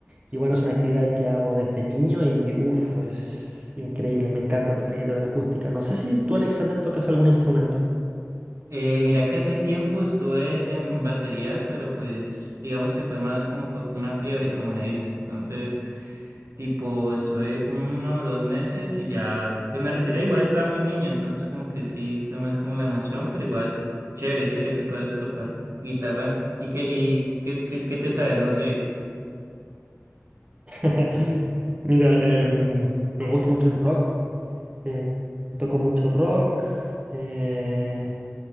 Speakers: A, on the right; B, on the right.
A: Y bueno, es una actividad que hago desde niño y uff, es increíble, me encanta tocar guitarra acústica. No sé si tú, Alexander, tocas algún instrumento.
B: Eh, mira que hace tiempo estuve en batería, pero pues digamos que fue más como por una fiebre, como se dice. Entonces, tipo, estuve uno o dos meses y ya, pues me retiré. Igual estaba muy niño, entonces como que sí, fue más como la emoción, pero igual, chévere, chévere que puedas tocar guitarra. ¿Y qué, y qué, qué, qué te sabes? No sé.
A: <laughs> Mira, em, me gusta mucho el rock, eh, toco mucho rock. eh,